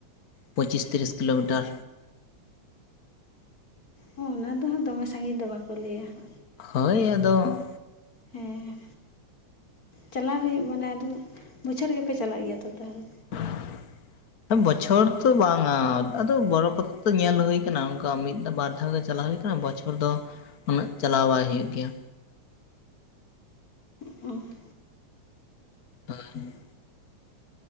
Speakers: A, on the left (about 65°); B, on the left (about 30°).
A: ᱯᱚᱸᱪᱤᱥ ᱛᱤᱨᱤᱥ ᱠᱤᱞᱳᱢᱤᱴᱟᱨ
B: ᱦᱮᱸ ᱚᱱᱟ ᱫᱚ ᱦᱟᱸᱜ ᱫᱚᱢᱮ ᱥᱟᱺᱜᱤᱧ ᱫᱚ ᱵᱟᱠᱚ ᱞᱟᱹᱭᱟ ᱦᱟᱸᱜ
A: ᱦᱳᱭ ᱟᱫᱚ
B: ᱦᱮᱸ ᱪᱟᱞᱟᱣ ᱦᱩᱭᱩᱜ ᱢᱟᱱᱮ ᱟᱫᱚ ᱵᱚᱪᱷᱚᱨ ᱜᱮᱯᱮ ᱪᱟᱞᱟᱜ ᱜᱮᱭᱟ ᱛᱚ ᱛᱟᱦᱞᱮ
A: <inaudible> ᱵᱚᱪᱷᱚᱨ ᱛᱚ ᱵᱟᱝ-ᱟ ᱟᱫᱚ ᱵᱚᱨᱚ ᱯᱟᱛᱟ ᱫᱚ ᱧᱮᱞ ᱦᱩᱭ ᱠᱟᱱᱟ ᱚᱱᱠᱟ ᱢᱤᱫ ᱫᱷᱟᱣ ᱵᱟᱨ ᱫᱷᱟᱣ ᱜᱮ ᱪᱟᱞᱟᱣ ᱦᱩᱭ ᱠᱟᱱᱟ᱾ ᱵᱚᱪᱷᱚᱨ ᱫᱚ ᱩᱱᱟᱹᱜ ᱪᱟᱞᱟᱣ ᱵᱟᱭ ᱦᱩᱭᱩᱜ ᱜᱮᱭᱟ᱾
B: ᱦᱩᱸ
A: ᱦᱳᱭ